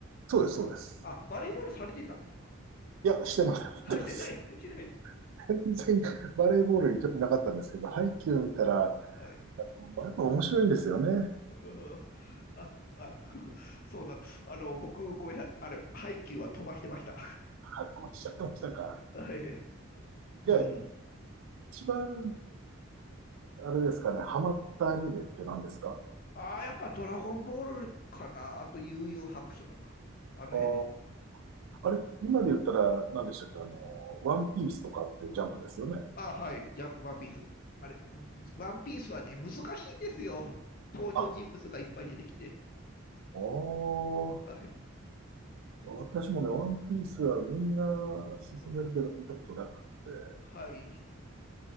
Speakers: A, on the right; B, on the left.
A: そうです、そうです。
B: あ、バレーボールされてたんですか <laughs>
A: いや、してないです。
B: はい、してない、してない。
A: <laughs> 全然バレーボールに興味なかったんですけど、ハイキュー見たら、
B: はい。
A: やっぱ面白いんですよね。
B: <laughs> あ、あ、<laughs> そうなんだ。あの、僕、ごめんなさい。あれ、ハイキューは飛ばしてました。
A: ハマっちゃってましたか。
B: <laughs> はい。
A: で、
B: うん。
A: 一番、あれですかね、ハマったアニメって何ですか
B: ああ、やっぱドラゴンボールかな。あと、悠々白書とか。あの辺ですね。
A: あーあれ、今で言ったら何でしたっけあの、ワンピースとかってジャンプですよね。
B: あ、はい、じゃん、ワンピース。あれ、ワンピースはね、難しいんですよ。登場人物がいっぱい出てきて。
A: あ、おー。
B: はい。
A: 私もね、ワンピースはみんな勧めるけど見たことなくて。
B: あはい。